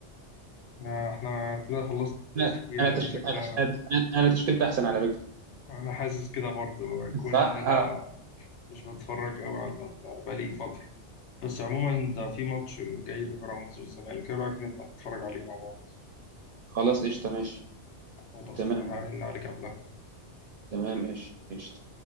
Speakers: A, on the left; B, on the right.
A: آه، احنا كده خلصنا
B: لا
A: التشكيلة
B: انا تشكيل
A: شكلها
B: انا تشك- انا أنا تشكيلتي احسن على فكره
A: انا حاسس كده برضه يكون
B: صح
A: ان انا
B: آه.
A: مش بتفرج قوي على ال- بقالي فترة بس عموما ده في ماتش جاي لبيراميدز والزمالك ايه رأيك نبقى نتفرج عليه مع بعض
B: خلاص قشطه ماشي
A: خلاص
B: تمام
A: تمام هرن عليك قبلها
B: تمام ماشي قشطه